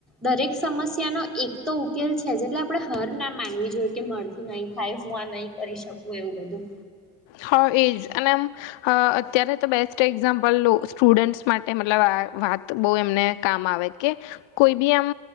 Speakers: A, in the centre; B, on the left.
A: દરેક સમસ્યાનો એક તો ઉકેલ છે જ એટલે આપણે હાર ના માનવી જોઈએ કે મારથી નહીં થાય હું આ નહીં કરી શકું એવું બધું.
B: હ, એજ અનેમ હ અત્યારે તો બેસ્ટ એક્ઝામ્પલ સ્ટુડન્ટ્સ માટે મતલબ આ વાત બહુ એમને કામ આવે કે કોઈ બી આમ